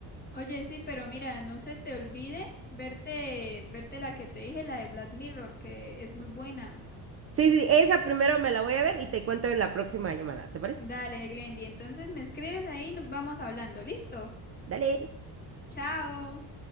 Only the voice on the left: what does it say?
Oye, sí, pero mira, no se te olvide verte, verte la que te dije, la de Black Mirror, que es muy buena.
Dale, Glendy, entonces me escribes ahí, nos vamos hablando. ¿Listo?
Chao.